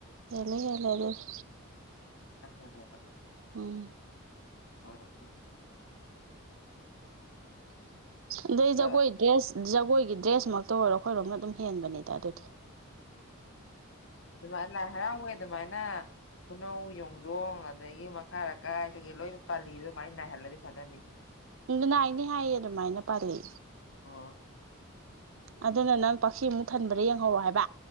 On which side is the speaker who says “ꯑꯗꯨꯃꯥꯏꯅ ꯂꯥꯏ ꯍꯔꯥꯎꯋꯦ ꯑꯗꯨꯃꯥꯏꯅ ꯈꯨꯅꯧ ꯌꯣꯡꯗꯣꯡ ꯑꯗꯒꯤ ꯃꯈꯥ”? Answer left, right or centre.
Left